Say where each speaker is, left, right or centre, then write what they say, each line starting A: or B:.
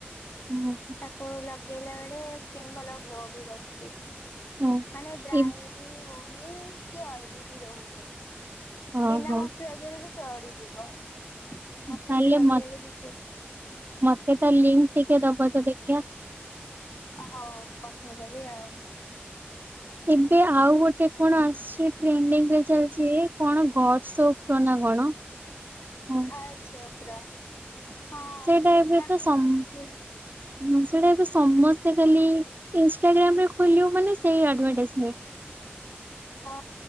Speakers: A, on the right; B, on the left.
A: ହଁ
B: ତାକୁ ଲ ଲଗେଇଲା ବେଳେ ସ୍କିନ୍ ଭଲ ଗ୍ଲୋ ବି କରୁଛି।
A: ହଁ
B: ମାନେ ଡ୍ରାଏ
A: ଏ
B: ବି ହଉ ନିନ୍ କି ଅଏଲି ବି ରହୁନି
A: ହଁ
B: ବିନା
A: ହଁ
B: ମୋସ୍ଚରାଇଜ ରେ ବି ଚଡ଼ିଯିବ। ମୋସ୍ଚରାଇଜ
A: ତାହେଲେ
B: ଲଗେଇବା
A: ମ
B: ବି କିଛି
A: ମତେ ତ ଲିଙ୍କ୍ ଟିକେ ଦବ ତ ଦେଖିବା।
B: ହଉ ପଠେଇଦେବି ଆଉ।
A: ଏବେ ଆଉ ଗୋଟେ କଣ ଆସିଛି ଟ୍ରେଣ୍ଡିଙ୍ଗରେ ଚାଲିଛି କଣ ଗଡ ସୋପ ର ନା କଣ? ହଁ
B: ଘର ସପରୋ, ହଁ
A: ସେଇଟା
B: ସେଟା
A: ଏବେ ତ
B: ବି
A: ସମ
B: ଆସିଛି।
A: ହଁ ସେଟା ଏବେ ସମସ୍ତେ ଖାଲି ଇନସ୍ଟାଗ୍ରାମରେ ଖୋଲିବ ମାନେ ସେଇ ଆଡଭାଟାଇଜମେଣ୍ଟ। <inaudible>
B: ହଁ